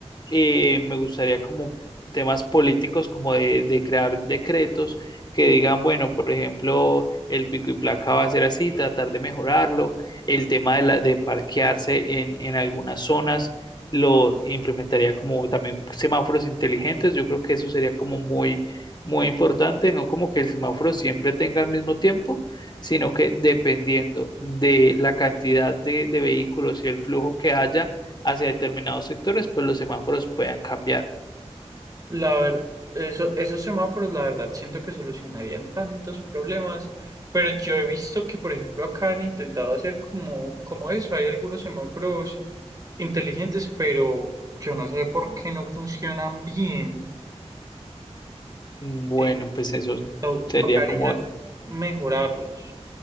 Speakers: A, on the left; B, on the right.
A: eh, me gustaría como temas políticos, como de, de crear decretos que digan, bueno, por ejemplo, el pico y placa va a ser así, tratar de mejorarlo, el tema de, la- de parquearse en, en algunas zonas, lo implementaría como también semáforos inteligentes, yo creo que eso sería como muy, muy importante, no como que el semáforo siempre tenga el mismo tiempo sino que dependiendo de la cantidad de, de vehículos y el flujo que haya hacia determinados sectores, pues los semáforos puedan cambiar.
B: La verdad, eso, esos semáforos, la verdad, siento que solucionarían tantos problemas, pero yo he visto que, por ejemplo, acá han intentado hacer como, como eso. Hay algunos semáforos inteligentes, pero yo no sé por qué no funcionan bien.
A: Bueno,
B: Eh,
A: pues eso
B: to-
A: sería
B: tocaría
A: como,
B: mejorarlos.